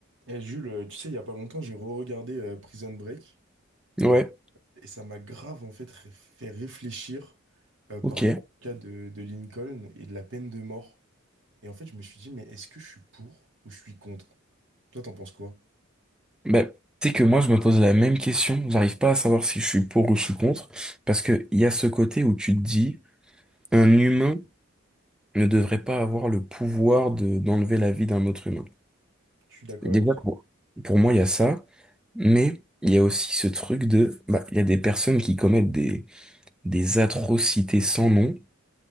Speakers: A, on the right; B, in the centre.
A: Eh, Jules, euh, tu sais, il y a pas longtemps, j'ai re-regardé euh, Prison Break et,
B: Ouais,
A: et ça m'a grave en fait ré- fait réfléchir euh, par
B: ok.
A: rapport au cas de, de Lincoln et de la peine de mort. Et en fait, je me suis dit, mais est-ce que je suis pour ou je suis contre? Toi, t'en penses quoi?
B: Bah, tu sais que moi, je me pose la même question. J'arrive pas à savoir si je suis pour ou je suis contre. Parce que il y a ce côté où tu te dis, un humain ne devrait pas avoir le pouvoir de, d'enlever la vie d'un autre humain.
A: Je suis d'accord
B: Déjà,
A: avec toi.
B: pour, pour moi, il y a ça. Mais il y a aussi ce truc de, bah, il y a des personnes qui commettent des, des atrocités sans nom.